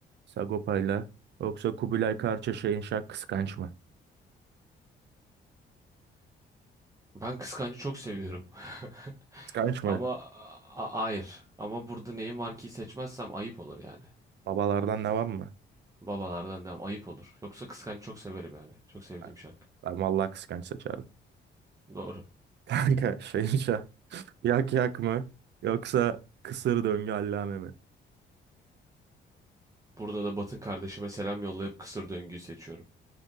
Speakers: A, on the right; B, on the right.
A: Sagopa'yla. Yoksa Kubilay Karça Şahin Şah kıskanç mı?
B: Ben Kıskancı çok seviyorum. <laughs>
A: Kıskanç
B: Ama
A: mı?
B: a- a- hayır. Ama burada neyim var ki seçmezsem ayıp olur yani.
A: Babalardan devam mı?
B: Babalardan devam. Ayıp olur. Yoksa Kıskanç çok severim yani. Çok sevdiğim
A: Ha,
B: şarkı.
A: Ben vallahi kıskanç seçerdim.
B: Doğru.
A: <laughs> Kanka Şahin Şah Yak yak mı? Yoksa kısır döngü allame mi?
B: Burada da Batın kardeşime selam yollayıp kısır döngüyü seçiyorum.